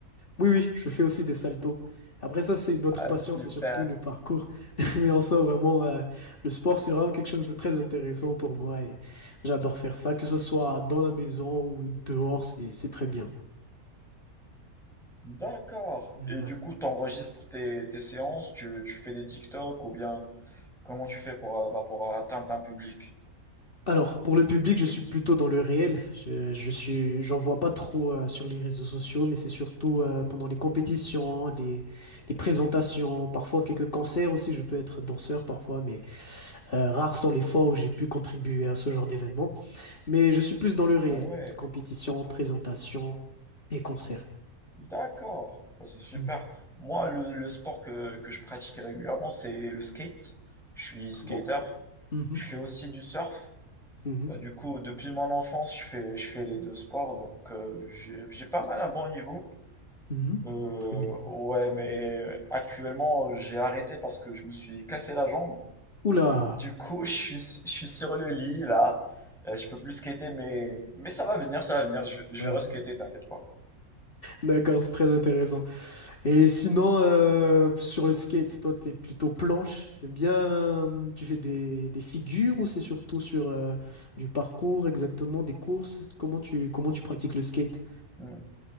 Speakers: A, on the left (about 40°); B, in the centre.
A: Oui, oui, je fais aussi des saltos. Après ça, c'est une autre
B: Ah,
A: passion,
B: super.
A: c'est surtout le parcours. <laughs> Mais en soi, vraiment, euh, le sport, c'est vraiment quelque chose de très intéressant pour moi et j'adore faire ça, que ce soit dans la maison ou dehors, c'est c'est très bien.
B: D'accord.
A: Voilà.
B: Et du coup, tu enregistres tes, tes séances, tu, tu fais des TikTok ou bien comment tu fais pour, euh, bah, pour euh, atteindre un public?
A: Alors, pour le public, je suis plutôt dans le réel. Je, je suis, j'en vois pas trop euh, sur les réseaux sociaux, mais c'est surtout euh, pendant les compétitions, les, les présentations, parfois quelques concerts aussi. Je peux être danseur parfois, mais euh, rares sont les fois où j'ai pu contribuer à ce genre d'événement. Mais je suis plus dans le réel.
B: Ah ouais,
A: Compétition, présentation et concerts.
B: d'accord. Bah, c'est super.
A: Hmm.
B: Moi, le, le sport que, que je pratique régulièrement, c'est le skate. Je suis
A: Ah
B: skater.
A: Bon. Mhm,
B: Je fais aussi du surf.
A: mhm,
B: Bah, du coup, depuis mon enfance, je fais, je fais les deux sports, donc euh, j'ai, j'ai pas mal un bon niveau.
A: mhm.
B: Euh,
A: Très bien.
B: ouais, mais actuellement, j'ai arrêté parce que je me suis cassé la jambe.
A: Oula!
B: Du coup, je suis, je suis sur le lit là. Euh, je peux plus skater, mais, mais ça va venir, ça va venir. Je, je
A: Ah
B: vais
A: oui.
B: reskater, t'inquiète pas.
A: D'accord, c'est très intéressant. Et sinon, euh, sur le skate, toi, t'es plutôt planche. T'aimes bien, euh, tu fais des, des figures ou c'est surtout sur euh, du parcours exactement, des courses? Comment tu, comment tu pratiques le skate?
B: Hmm.